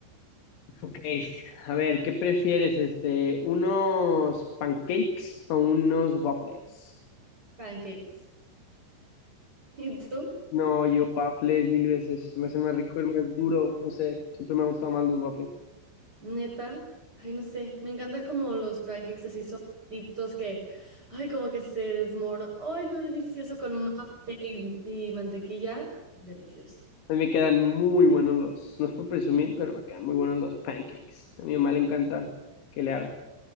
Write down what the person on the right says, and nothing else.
Pancakes. <laughs> ¿Y tú?
Neta. Ay, no sé. Me encanta como los pancakes así solitos que, ay, como que se desmoron. Ay, lo delicioso con maple y, y mantequilla. Delicioso.